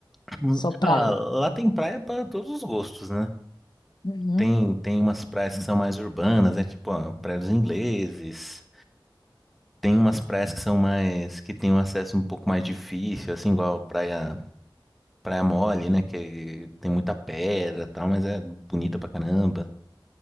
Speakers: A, in the centre; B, on the left (about 60°).
A: <clears throat>
B: só praia?
A: Ah, lá tem praia pra todos os gostos, né?
B: Uhum.
A: Tem, tem umas praias que são mais urbanas, né? Tipo, ó, Praia dos Ingleses. Tem umas praias que são mais, que tem um acesso um pouco mais difícil, assim, igual Praia, Praia Mole, né? Que tem muita pedra e tal, mas é bonita pra caramba.